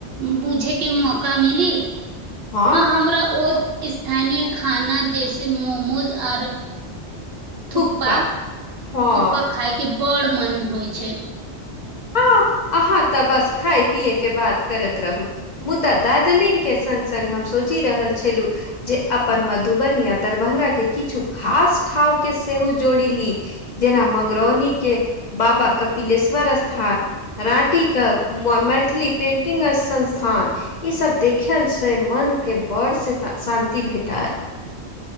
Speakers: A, on the right; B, on the left.
A: बुझैके मौका मिली
B: हँ
A: आ हमरा ओ स्थानीय खाना जैसे मोमोज आर थुप्पा
B: थुकपा हँ
A: थुप्पा खाय के बड़ मोन होइ छै
B: हँ अहाँ तऽ बस खाय पियए के बात करैत रहू मुदा दार्जिलिंगके सङ्ग सङ्ग हम सोचि रहल छलहुँ जे अपन मधुबनी या दरभंगाके किछु खास ठाव के सेहो जोड़ी ली जेना मंगरौनी के बाबा कपिलेश्वर स्थान राटीके मैथिली पेन्टिंग संस्थान ईसभ देखय से मनके बड़ से शान्ति भेटत